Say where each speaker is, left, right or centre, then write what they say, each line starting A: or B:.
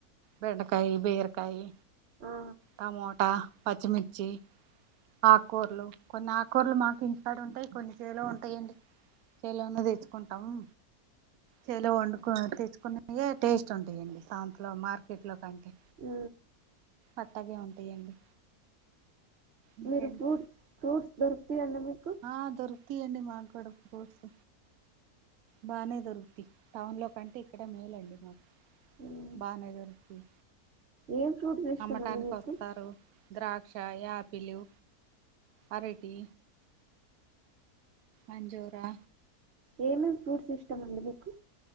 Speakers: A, on the right; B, on the right.
A: బెండ కాయి బేరకాయి
B: ఆ!
A: టమోటా పచ్చి మిర్ జీ ఆకూరలు కొన్ని ఆకుకూరలు మాకు ఇంటికాడ ఉంటాయి కొన్ని చేలో ఉంటాయండి చేలోనే తెచ్చుకుంటాము చేలో వండుకు తెచ్చుకునేే టేస్ట్ ఉంటాయండి సాంతలో మార్కెట్ లో కంటే
B: అ
A: అట్టాగె ఉంటాయండి ఇంకేంటి
B: మీరు ఫ్రూట్ ఫ్రూట్స్ దొరుకుతయన్న మీ
A: ఆ దొరుకితయండి మాకు కూడా ఫ్రూట్స్ బానే దొరుకుతి టౌన్ లో కంటే ఇక్కడ మేలండి మాకు
B: హ్మ్.
A: బానె దురుకూతయ్
B: ఏం ఫ్రూట్స్ ఇష్టం
A: అమ్మటానికి
B: అండి మీకు
A: వస్తారు ద్రాక్ష యాపిలు ఆరేటి అంజూరా
B: ఏమేమి ఫ్రూట్స్ ఇష్టమండి మీకు